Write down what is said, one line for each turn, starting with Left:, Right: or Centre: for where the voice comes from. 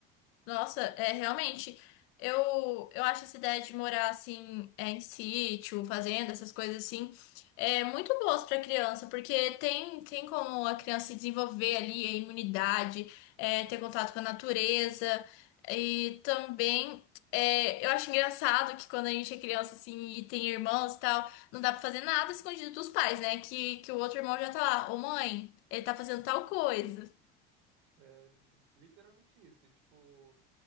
Left: Nossa, é realmente. Eu, eu acho essa ideia de morar assim, é, em sítio, fazenda, essas coisas assim, é muito boas para criança, porque tem, tem como a criança se desenvolver ali a imunidade, é, ter contato com a natureza. E também, é, eu acho engraçado que quando a gente é criança assim e tem irmãos e tal, não dá para fazer nada escondido dos pais, né? Que, que o outro irmão já tá lá, ô mãe, ele tá fazendo tal coisa.
Right: É literalmente isso. E, tipo,